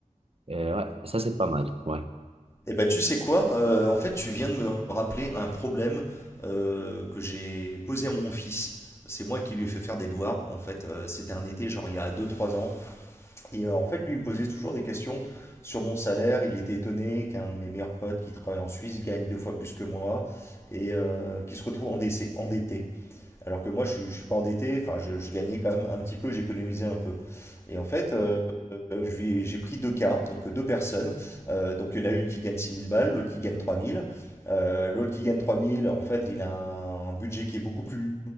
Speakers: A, on the right; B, on the left.
A: Euh, ouais, ça, c'est pas mal. Ouais,
B: Eh ben, tu sais quoi? Euh, en fait, tu viens de me rappeler un problème euh, que j'ai posé à mon fils. C'est moi qui lui ai fait faire des devoirs. En fait, euh, c'était un été, genre il y a deux trois ans. Et euh, en fait, lui, il me posait toujours des questions sur mon salaire. Il était étonné qu'un de mes meilleurs potes qui travaille en Suisse gagne deux fois plus que moi et euh, qui se retrouve endessé- endetté. Alors que moi, je, je suis pas endetté, enfin, je, je gagnais quand même un petit peu, j'économisais un peu. Et en fait, euh, j'ai pris deux cas, donc deux personnes. Euh, donc il y en a une qui gagne 6000 balles, l'autre qui gagne 3000. Euh, l'autre qui gagne 3000, en fait, il a un budget qui est beaucoup plus